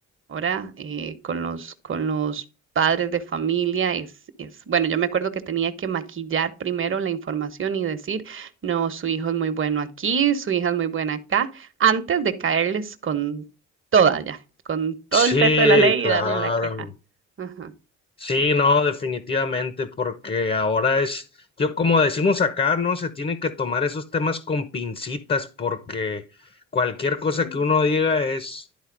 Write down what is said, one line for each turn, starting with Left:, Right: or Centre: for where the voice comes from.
Right: ahora eh, con los, con los padres de familia es, es, bueno, yo me acuerdo que tenía que maquillar primero la información y decir, no, su hijo es muy bueno aquí, su hija es muy buena acá, antes de caerles con toda ya, con todo
Left: Sí,
Right: el peso de la ley
Left: claro.
Right: y darle la queja. Ajá.
Left: Sí,
Right: ok.
Left: no, definitivamente, porque ahora es, yo como decimos acá, ¿no? Se tienen que tomar esos temas con pincitas porque cualquier cosa
Right: Mm.
Left: que uno diga es,